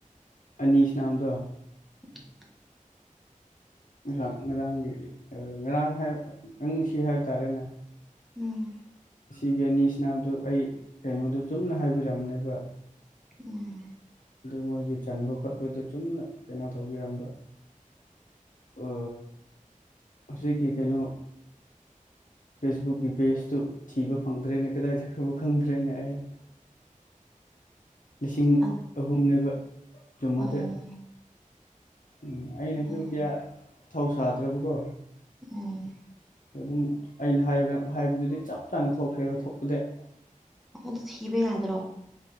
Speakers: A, on the left; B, in the centre.
A: ꯑꯅꯤꯁꯤꯅꯝꯗꯣ
B: ꯎꯝ
A: ꯉꯔꯥꯡ ꯉꯔꯥꯡꯒꯤ ꯉꯔꯥꯡ ꯍꯥꯏ ꯅꯪꯁꯤ ꯍꯥꯏꯕ ꯇꯥꯔꯦꯅꯦ
B: ꯎꯝ
A: ꯁꯤꯒꯤ ꯑꯅꯤꯁꯤꯅꯥꯗꯨ ꯑꯩ ꯀꯩꯅꯣꯗꯨ ꯆꯨꯝꯅ ꯍꯥꯏꯕꯤꯔꯝꯅꯦꯕ
B: ꯎꯝ
A: ꯑꯗꯨ ꯃꯣꯏꯒꯤ ꯆꯟꯕ ꯈꯣꯠꯄꯗꯨ ꯆꯨꯝꯅ ꯀꯩꯅꯣ ꯇꯧꯕꯤꯔꯝꯕ ꯑ ꯑꯁꯤꯒꯤ ꯀꯩꯅꯣ ꯐꯦꯁꯕꯨꯛꯀꯤ ꯄꯦꯖꯇꯨ ꯊꯤꯕ ꯐꯪꯗ꯭ꯔꯦꯅ ꯀꯗꯥꯏ ꯆꯠꯈ꯭ꯔꯕꯣ ꯈꯪꯗ꯭ꯔꯦꯅ ꯑꯩ ꯂꯤꯁꯤꯡ
B: ꯑꯗꯨ
A: ꯑꯍꯨꯝꯅꯦꯕ ꯆꯨꯝꯃꯗꯤ
B: ꯑꯣ
A: ꯎꯝ ꯑꯩꯅꯁꯨ
B: ꯎꯝ
A: ꯀꯌꯥ ꯊꯧ ꯁꯥꯗ꯭ꯔꯕꯀꯣ
B: ꯎꯝ
A: ꯑꯗꯨꯝ ꯑꯩꯅ ꯍꯥꯏꯕ ꯍꯥꯏꯕꯗꯨꯗꯤ ꯆꯞ ꯆꯥꯅ ꯊꯣꯛꯈ꯭ꯔꯦꯕ ꯊꯣꯛꯄꯗ
B: ꯃꯗ ꯊꯕ ꯌꯥꯗ꯭ꯔꯣ